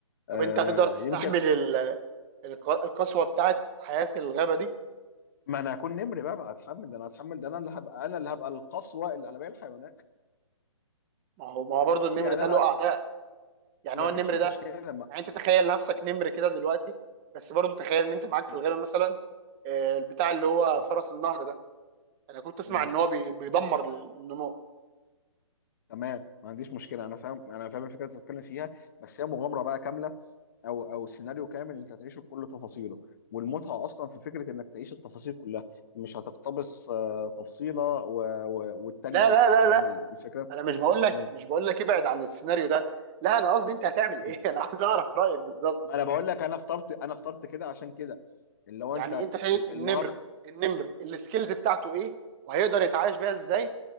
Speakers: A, on the left; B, on the right.
A: آه،
B: طب انت هتقدر تستحمل
A: يمكن
B: ال- الق- القسوه بتاعت حياه الغابه دي
A: ما انا هكون نمر بقى ما هتحمل ده انا هتحمل ده انا اللي هبقى انا اللي هبقى القسوه اللي على باقي الحيوانات
B: ما هو ما هو برضه النمر
A: يعني
B: ده
A: انا
B: له اعداء يعني
A: ما
B: هو
A: فيش
B: النمر
A: مشكله
B: ده
A: ما...
B: يعني انت تخيل نفسك نمر كده دلوقتي بس برضه تخيل ان انت معاك في
A: م-
B: الغابه مثلا آه، البتاع اللي هو
A: م-
B: فرس النهر ده انا كنت اسمع
A: م-
B: ان هو بي- بيدمر ال- النمور
A: تمام ما عنديش مشكله انا فاهم انا فاهم الفكره اللي بتتكلم فيها بس هي مغامره بقى كامله او او سيناريو كامل انت هتعيشه بكل تفاصيله والمتعه اصلا في فكره انك تعيش التفاصيل كلها مش هتقتبس آه، تفصيله و... و... والتانيه
B: لا
A: لا
B: لا لا
A: فاهم
B: لا
A: ال- الفكره؟
B: انا مش بقول لك
A: مم.
B: مش بقول لك ابعد عن السيناريو ده لا انا قصدي انت هتعمل
A: مم.
B: ايه <laughs> انا عايز اعرف رايك بالظبط
A: ما انا بقول لك انا اخترت انا اخترت كده عشان كده اللي هو
B: يعني
A: انت
B: انت شايف
A: ال-
B: النمر
A: المغامره
B: النمر السكيلز بتاعته ايه وهيقدر يتعايش بيها ازاي